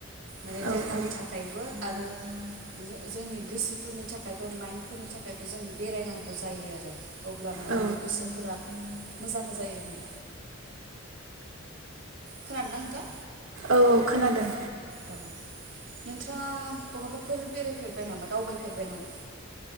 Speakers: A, on the right; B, on the right.
A: माने
B: औ
A: देहानि
B: औ
A: थाखायबो आरो आरो जोंनि गोसोफोरनि थाखायबो माइन्दफोरनि थाखायबो जों बेरायनांगौ जायो आरो अब्लाना
B: औ
A: माने गोसोफोरा मोजां जायोमोन खोनादोंना नोंथां
B: औ औ खोनादों
A: औ नोंथाङा बहाबाफोर बेरायफेरबाय नामा दावबायफेरबाय नामा